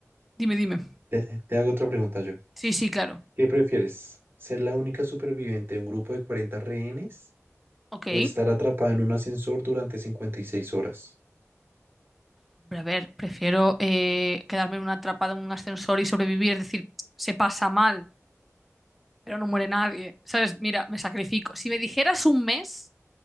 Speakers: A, in the centre; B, on the right (about 45°).
A: dime, dime.
B: te te hago otra pregunta yo.
A: Sí, sí, claro.
B: ¿Qué prefieres? ¿Ser la única superviviente de un grupo de 40 rehenes
A: Ok.
B: o estar atrapada en un ascensor durante 56 horas?
A: Hombre, a ver, prefiero eh, quedarme en una atrapada en un ascensor y sobrevivir. Es decir, se pasa mal, pero no muere nadie. ¿Sabes? Mira, me sacrifico. Si me dijeras un mes